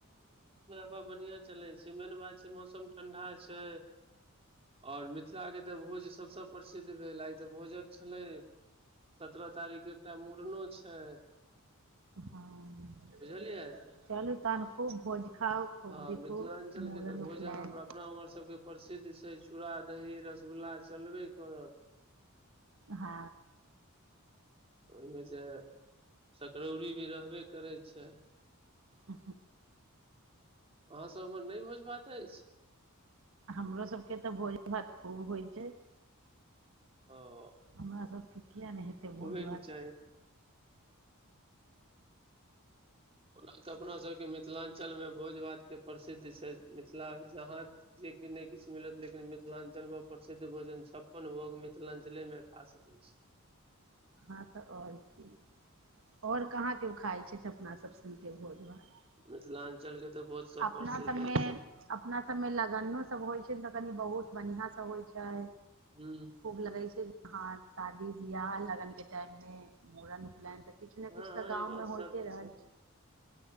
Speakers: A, on the right; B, on the right.
A: बढ़ बढ़िया चलै छै मेन बात छै मौसम ठंडा छै। आओर मिथिला के तऽ भोज सभसँ। प्रसिद्ध भेल आइ तऽ भोजक छलै सत्रह तारीख के एकटा मुड़नो छै।
B: हँ।
A: बुझलियै।
B: चलू तहन खूब भोज खाउ। खूब
A: हँ
B: देखू
A: मिथिलाञ्चल
B: मूड़न
A: के तऽ भोज
B: उपनयन
A: अहाँ हमरा अपना उम्हर सबके प्रसिद्ध छै चूड़ा दही रसगुल्ला चलबे करत।
B: हँ।
A: ओहिमे जे सकरौरी भी रहबे करै छै।
B: आ
A: अहाँसभ उम्हर नहि भोज भात अछि?
B: हमरो सबके तऽ भोज भात खूब होइ छै।
A: ओ।
B: हमरा सबके किया नहि हेतै।
A: होबहे
B: भोज
A: के
B: भात
A: चाही। ओना तऽ अपना सबके मिथिलाञ्चलमे भोज भात के प्रसिद्ध छै मिथिला जहाँ जे कि नहि किछ मिलत लेकिन मि मिथिलांचल मे प्रसिद्ध भोजन छप्पन भोग मिथिलाञ्चले मे खा सकैत छी।
B: हँ तऽ आओर की आओर कहाँ केओ खाइ छथि अपना सभ सुनके भोज भात।
A: मिथिलाञ्चल के तऽ बहुत सब
B: अपना
A: प्रसिद्ध
B: सबमे
A: अछि।
B: अपना सभमे लगनोसभ होइ छै तऽ कनि बहुत बढ़िआँ सँ होइ छै।
A: हूँ।
B: खूब लगै छै हाँ शादी बियाह लगन के टाइम में मुड़न उपनयन किछ न
A: हँ
B: किछ तऽ
A: हँ
B: गाँवमे
A: ई बात सत्य
B: होइते रहै छै।